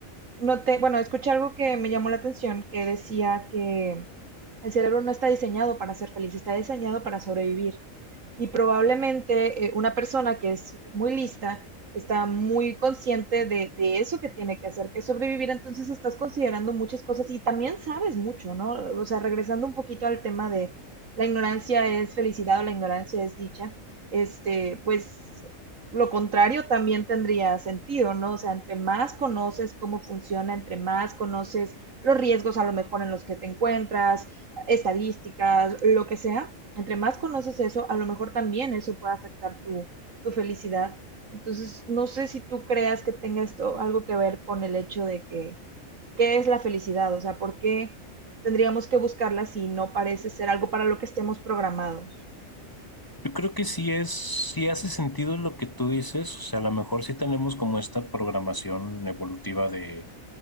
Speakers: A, on the right; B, on the left.
A: noté, bueno, escuché algo que me llamó la atención que decía que el cerebro no está diseñado para ser feliz, está diseñado para sobrevivir y probablemente eh, una persona que es muy lista está muy consciente de, de, eso que tiene que hacer, que es sobrevivir, entonces estás considerando muchas cosas y también sabes mucho, ¿no? O sea, regresando un poquito al tema de la ignorancia es felicidad o la ignorancia es dicha, este, pues lo contrario también tendría sentido, ¿no? O sea, entre más conoces cómo funciona, entre más conoces los riesgos a lo mejor en los que te encuentras, estadísticas, lo que sea, entre más conoces eso, a lo mejor también eso puede afectar tu, tu felicidad. Entonces, no sé si tú creas que tenga esto algo que ver con el hecho de que, ¿qué es la felicidad? O sea, ¿por qué tendríamos que buscarla si no parece ser algo para lo que estemos programados?
B: Yo creo que sí es, sí hace sentido lo que tú dices, o sea, a lo mejor sí tenemos como esta programación evolutiva de,